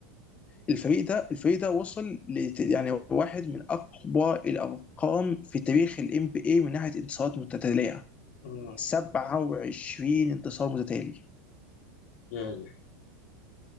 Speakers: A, on the left (about 15°); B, on the left (about 70°).
A: الفريق ده الفريق ده وصل ل يعني واحد من أقوى الأرقام في تاريخ ال NBA من ناحية انتصارات متتالية
B: مم.
A: 27 انتصار متتالي
B: يا إلهي